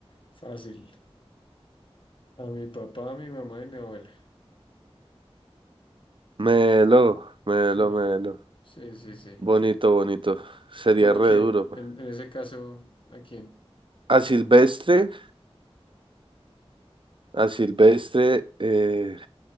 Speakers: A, on the left; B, on the right.
A: Fácil. A mi papá, a mi mamá y mi abuela.
B: Melo, melo,
A: Sí,
B: melo.
A: sí, sí, sí.
B: Bonito, bonito. Sería
A: ¿Tú a
B: re
A: quién?
B: duro. pa.
A: En, en ese caso, ¿a quién?
B: A Silvestre, a Silvestre, eh,